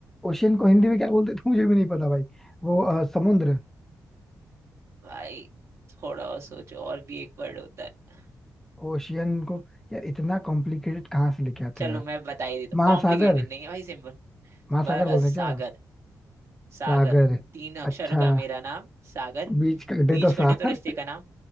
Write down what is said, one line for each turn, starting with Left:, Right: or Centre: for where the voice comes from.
Centre: ओशियन को हिंदी में क्या बोलते थे मुझे भी नहीं पता भाई वो अ, समुद्र
Right: भाई थोड़ा और सोचो और भी एक वर्ड होता है
Centre: ओशियन को यार इतना कॉम्प्लिकेटेड कहाँ से लेके आते
Right: चलो
Centre: हो यार
Right: मैं बता ही देता हूँ
Centre: महासागर
Right: कॉम्प्लिकेटेड नहीं है भाई सिंपल
Centre: महासागर
Right: बस
Centre: बोलते हैं
Right: सागर
Centre: क्या
Right: सागर
Centre: सागर
Right: तीन अक्षरों
Centre: अच्छा
Right: का मेरा नाम सागर
Centre: बीच कर
Right: बीच
Centre: दे तो सार
Right: कटे तो रिश्ते का नाम